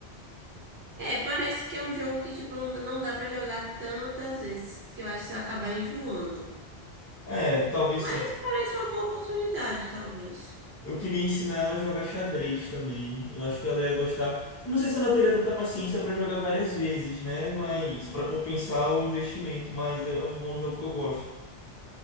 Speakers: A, on the right; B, on the left.
A: É, parece que é um jogo que, tipo, não, não dá pra jogar tantas vezes, que eu acho que você vai acabar enjoando.
B: É, talvez
A: Mas
B: sim.
A: parece uma boa oportunidade, talvez.
B: Eu queria ensinar ela a jogar xadrez também. Eu acho que ela ia gostar. Eu não sei se ela teria tanta paciência para jogar várias vezes, né? Mas para compensar o investimento, mas é um, é um jogo que eu gosto.